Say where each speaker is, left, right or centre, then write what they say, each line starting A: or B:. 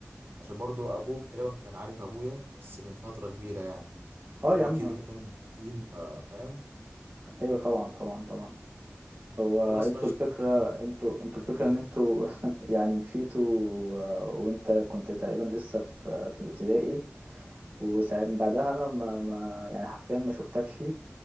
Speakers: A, on the right; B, on the right.
A: عشان برضه أبوك تقريبا كان عارف أبويا بس من فترة كبيرة يعني
B: اه
A: عشان
B: يا
A: هما
B: عم
A: أكيد الاتنين مهندسين فا- فاهم
B: ايوه طبعا طبعا طبعا هو
A: خلاص
B: انتوا
A: ماشي
B: الفكرة
A: <laughs>
B: انتوا انتوا الفكرة
A: أيوه
B: ان انتوا <laughs> يعني مشيتوا آه، وانت كنت تقريبا لسه في في الابتدائي وساعات من بعدها انا ما, ما يعني حرفيا ما شفتكش